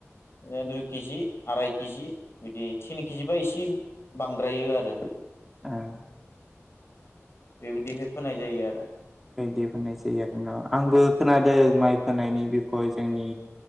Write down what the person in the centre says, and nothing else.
उम।
ओइ बख होननाय जायो आरो ना आंबो खोनादों माइ फोनायनि बिखय जोंनि